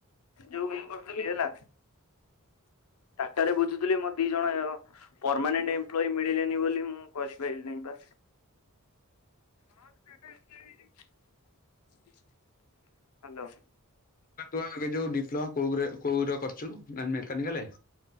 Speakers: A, on the left; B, on the left.
A: ଯୋଉ ଇ କରୁଥିଲ ହେଲା ଟାଟାରେ ବୁଝୁଥିଲି ମୋ ଦି ଜଣ ପର୍ମାନେଣ୍ଟ ଏମ୍ପ୍ଲୋଇ ମିିଲିଲେନି ବୋଲି ମୁଁ କରିପାରିଲିନି ବା <unintelligible> ହାଲୋ।
B: <unintelligible> ଯୋଉ ଡିପ୍ଲୋମା କୋଉ କୋଉର କରିଚୁ ମେକାନିକାଲ